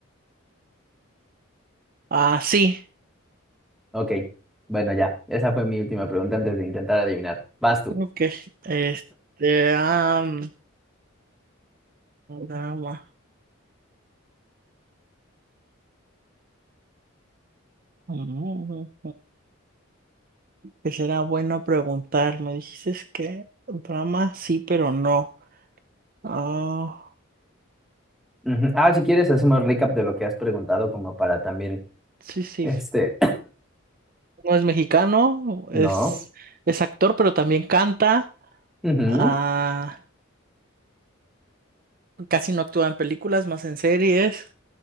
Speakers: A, on the right; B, in the centre.
A: Ah, sí,
B: Ok, bueno, ya, esa fue mi última pregunta antes de intentar adivinar. Vas tú.
A: ok. Este, am, drama. Ujú. Que será bueno preguntar. Me dijiste que drama sí, pero no. Ah,
B: Ujú. Ah, si quieres, hacemos recap de lo que has preguntado, como para también,
A: Sí, sí.
B: este,
A: No es mexicano,
B: <clears throat>
A: es,
B: no,
A: es actor, pero también canta.
B: Ujú.
A: Ah, casi no actúa en películas, más en series.